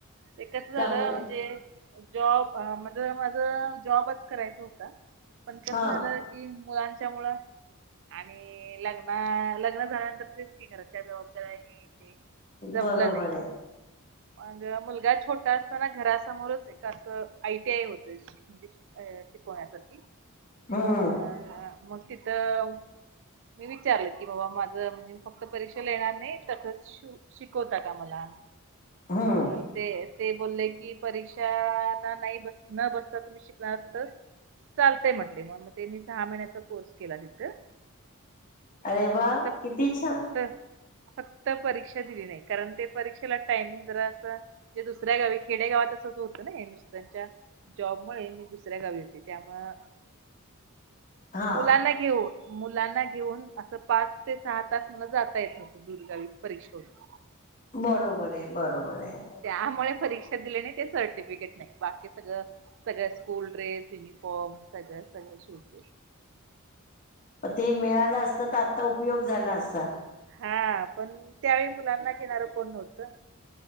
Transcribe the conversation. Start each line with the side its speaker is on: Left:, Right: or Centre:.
Right: ते कसं झालं
Left: चांगलंय
Right: म्हणजे, जॉब अ म्हणजे माझं जॉबच करायच होता. पण कसं
Left: हा
Right: झालं की, मुलांच्या मुळं आणि लग्न, लग्न झाल्यानंतर तेच की, घरातल्या जबाबदाऱ्या हेन ते जमलं
Left: बरोबर
Right: नाही.
Left: आहे.
Right: मग मुलगा छोटा असताना घरासमोरच एक असं, आय टी आय होतं. शि अ शिकवण्यासाठी,
Left: हम्म
Right: मग अ मग तिथं मी विचारलं की, बाबा माझं, मी फक्त परीक्षेला येणार नाही. तसंच शिकवता का मला?
Left: हं!
Right: तर ते बोलले की, परीक्षाला न बसता तुम्ही शिकलात तर चालतय म्हटले मग, मग ते मी सहा महिन्याचा कोर्स केला. तिथं <unintelligible>
Left: अरे वा किती छान
Right: फक्त परीक्षा दिली नाही. कारण ते परीक्षेला टायमिंग जरा असं, ते दुसऱ्या गावी खेडे गावात असंच होतं ना जॉबमुळे मी दुसऱ्या गावी होती. त्यामुळं
Left: हा
Right: मुलांना घेऊन मुलांना घेऊन असं पाच ते सहा तास मला जाता येतं नव्हतं, दूर गावी परीक्षेला.
Left: बरोबर आहे. बरोबर आहे.
Right: त्यामुळे परीक्षा दिले नाही. ते सर्टिफिकेट नाही. बाकी सगळं सगळं स्कूल ड्रेस, युनिफॉर्म, सगळं, सगळं शिवते.
Left: ते मिळालं असत, तर आता उपयोग झाला असता.
Right: हा पण त्यावेळी मुलांना घेणारं कोण नव्हतं.